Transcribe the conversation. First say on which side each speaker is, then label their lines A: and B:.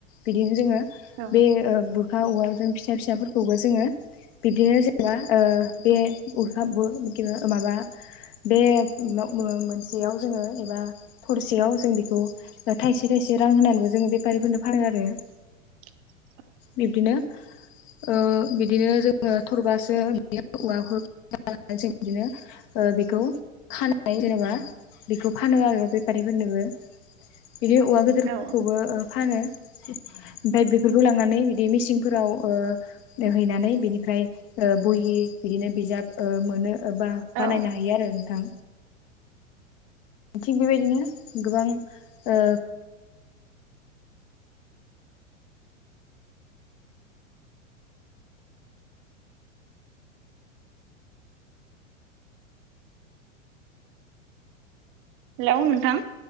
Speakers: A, on the left (about 40°); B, on the right (about 35°).
A: बिदिनो जोङो
B: औ औ
A: बे ओ बु रखा औवाजों फिसा फिसाफोरखौबो जोङो बिब्दिनो जेनेबा ओ बे <unintelligible> माबा बे मो-मोनसेयाव जोङो एबा थरसेयाव जों बेखौ थाइसे थाइसे एसे रां होनानैबो जोङो बेफारिफोरनो फानो आरो‌
B: <inaudible>
A: बिब्दिनो ओ बिदिनो जोङो थरबासो औवाखौ <unintelligible> जों बिदिनो ओ बेखौ खानानै जेनेबा बेखौ फानो आरो बेफारिफोरनोबो बिदिनो औवा गोदोरफोरखौबो
B: औ
A: फानो ओमफ्राय बेफोरखौ लांनानै बिदि मिसिंफोराव ओ हैनानै बिनिफ्राय ओ बहि बिदिनो बिजाब ओ मोनो बा
B: औ
A: बानायनो हायो आरो नोंथां थिग बेबायदिनो गोबां ओ
B: हेलौ नोंथां